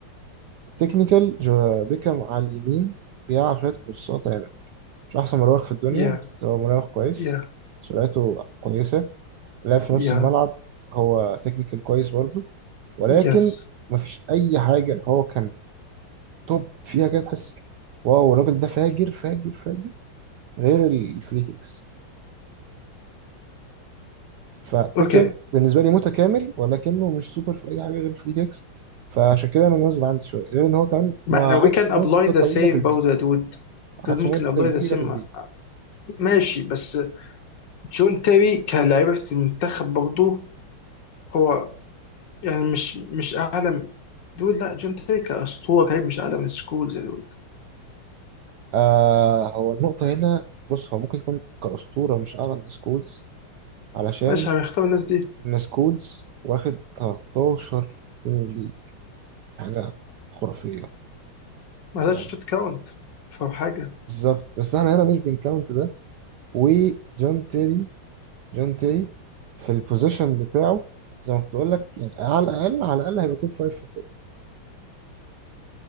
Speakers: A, on the right (about 75°); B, on the left (about 60°).
A: التكنيكال جو بيكهام على اليمين بيلعب شوية كورسات يعني مش أحسن مراوغ في الدنيا
B: يا
A: بس هو مراوغ كويس
B: يا
A: سرعته كويسة لعب في
B: يا
A: نص الملعب هو تكنيكال كويس برضه ولكن
B: يس
A: مفيش أي حاجة هو كان توب فيها كده تحس واو الراجل ده فاجر فاجر فاجر غير الفري كيكس فبيكر
B: اوكي
A: بالنسبه لي متكامل ولكنه مش سوبر في اي حاجه غير الفري كيكس فعشان كده انا منزل عندي شويه غير ان هو كمان
B: ما
A: ما
B: احنا we
A: قعدش
B: can
A: مده
B: apply
A: طويله
B: the same
A: في البيك
B: about the dude
A: ما قعدش
B: ده ممكن
A: مده
B: ابلاي
A: كبيره
B: ذا سيم
A: في البيك
B: ماشي بس جون تيري كلاعب في المنتخب برضه هو يعني مش مش اعلى دول لا جون تيري كاسطوره لعيب مش اعلى من سكولز يا دود
A: آه هو النقطه هنا بص هو ممكن يكون كاسطوره مش اعلى من سكولز علشان
B: ماشي هنختار الناس دي
A: ان سكولز واخد 13 بريمير ليج حاجه خرافيه
B: ما ذاتش
A: فاهم
B: تكاونت فاهم حاجه
A: بالظبط بس احنا هنا مش بنكاونت ده وجون تيري جون تيري في البوزيشن بتاعه زي ما كنت بقول لك يعني على الاقل على الاقل هيبقى توب فايف في التاريخ